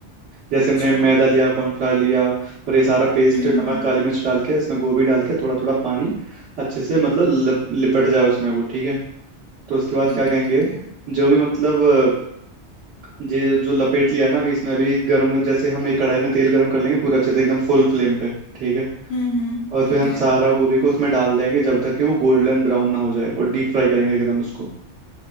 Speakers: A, on the right; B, on the left.
A: जैसे
B: अच्छा
A: हमने मैदा
B: हम्म
A: लिया कॉर्नफ्लावर लिया और ये सारा पेस्ट
B: हम्म
A: नमक काली मिर्च डाल के इसमें गोभी डाल के थोड़ा थोड़ा पानी अच्छे से मतलब लप, लिपट जाए उसमें वो ठीक है तो उसके बाद
B: ठीक
A: क्या कहेंगे
B: है ठीक है
A: जो भी मतलब अ, जे जो लपेट लिया ना अभी इसमें अभी गरम जैसे हम एक कढ़ाई में तेल गरम कर लेंगे पूरा अच्छे से एकदम फुल फ्लेम पे ठीक है
B: हम्म हम्म
A: और
B: ठीक
A: फिर हम
B: है
A: सारा गोभी को उसमें डाल देंगे जब तक कि वो गोल्डन ब्राउन ना हो जाए और डीप फ्राई करेंगे एकदम उसको